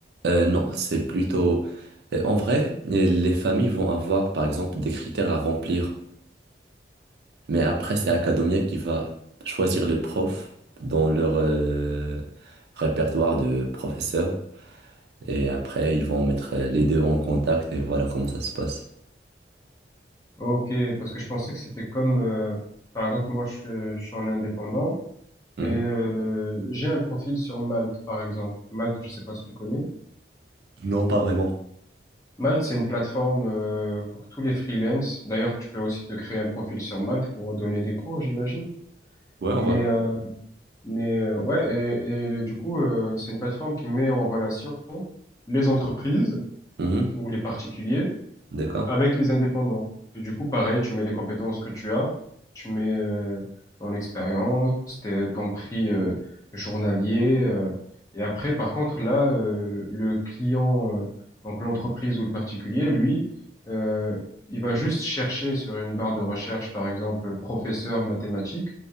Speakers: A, on the right (about 65°); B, on the left (about 20°).
A: Euh, non, c'est plutôt... euh, En vrai, euh, les familles vont avoir, par exemple, des critères à remplir. Mais après, c'est Academia qui va choisir les profs dans leur euh, répertoire de professeurs. Et après, ils vont mettre euh, les deux en contact et voilà comment ça se passe.
B: Ok, parce que je pensais que c'était comme, euh, par exemple, moi, je, suis je suis en indépendant
A: Mhm.
B: et euh, j'ai un profil sur Malte, par exemple. Malte, je sais pas si tu connais.
A: Non, pas vraiment.
B: Malte, c'est une plateforme euh, pour tous les freelances. D'ailleurs, tu peux aussi te créer un profil sur Malte pour donner des cours, j'imagine.
A: Ouais, en
B: Mais,
A: vrai.
B: euh, mais euh, ouais, et, et le- du coup, euh, c'est une plateforme qui met en relation les entreprises
A: Mhm.
B: ou les particuliers
A: D'accord.
B: avec les indépendants. Et du coup, pareil, tu mets les compétences que tu as, tu mets euh, ton expérience, tes- ton prix euh, journalier. euh. et après, par contre, là, euh, le client, euh, donc l'entreprise ou le particulier, lui, euh, il va juste chercher sur une barre de recherche, par exemple, professeur mathématiques,